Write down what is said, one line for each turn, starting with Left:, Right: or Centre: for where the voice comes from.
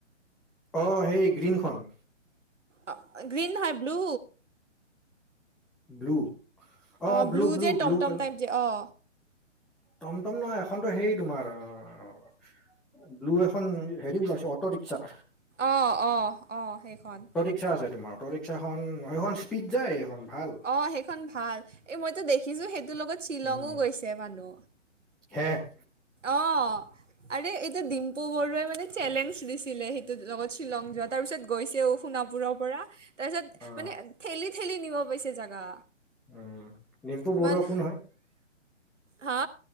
Centre: অ সেই গ্ৰীণখন
Right: অ গ্ৰীন হ ব্লু
Centre: ব্লু অ
Right: অঁ
Centre: ব্লু ব্লু
Right: যে টমটম
Centre: ব্লু ক্লাৰ
Right: টাইপ যে অঁ
Centre: টমটম নহয়, এখনতো হেৰি তোমাৰ অ ব্লু এখন হেৰি ওলাইছো অত- অট ৰিস্কা।
Right: অঁ অঁ অঁ সেইখন।
Centre: ৰিক্সা আছে তোমাৰ অটো ৰিক্সাখন সেইখন স্পীড যায় সেইখন ভাল।
Right: অ সেইখন ভাল। এই মইতো দেখিছো সেইটোৰ লগত -
Centre: উম।
Right: পালো।
Centre: শেষ।
Right: অ। আৰে এইটো ডিম্পু বডৰুৱাই মানে চেলেঞ্জ দিছিলে সেইটোত লগত শ্বিলং যোৱা তাৰ পিছত গৈছেও। সোণাপুৰৰ পৰা তাৰপিছত
Centre: অ
Right: মানে ঠেলি ঠেলি নিব পাইছে জেগা।
Centre: উম, ডিম্পু
Right: ইমান
Centre: বৰুৱা কোন হয়?
Right: হা?